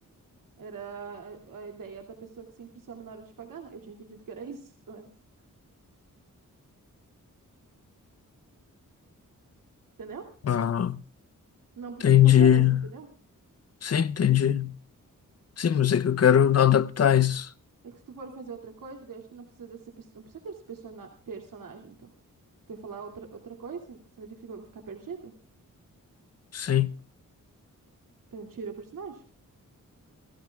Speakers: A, on the right (about 80°); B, on the left (about 50°).
A: Era a, a ideia da pessoa que sempre some na hora de pagar. Eu tinha entendido que era <laughs> isso antes. Entendeu?
B: ah,
A: Não precisa
B: entendi.
A: fazer, mas entendeu?
B: Sim, entendi. Sim, mas é que eu quero adaptar isso.
A: É que se tu for fazer outra coisa, daí eu acho que não precisa dessa pessoa, não precisa ter esse persona- personagem, então. Tu vai falar outra, outra coisa, senão ele fica, vai ficar perdido.
B: Sim.
A: Então tira o personagem.